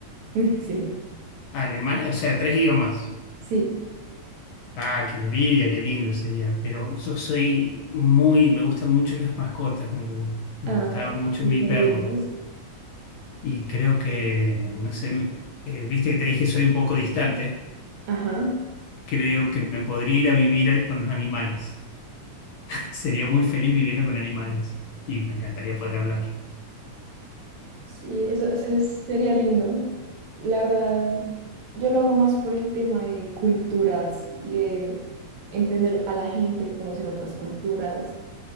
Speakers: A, on the right (about 70°); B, on the left (about 70°).
A: <laughs> Sí,
B: alemán, o sea, tres idiomas.
A: sí.
B: Ah, qué envidia, qué lindo sería. Pero yo soy muy, me gustan mucho las mascotas, me, gu- me
A: Ah,
B: gustaba mucho
A: y
B: mi perro.
A: también inglés.
B: Y creo que, no sé, me- eh, viste que te dije soy un poco distante,
A: Ajá.
B: creo que me podría ir a vivir a- con los animales. <laughs> Sería muy feliz viviendo con animales y me encantaría poder hablar.
A: Sí, eso, eso es- sería lindo. La verdad, yo lo hago más por el tema de culturas y de entender a la gente, conocer otras culturas.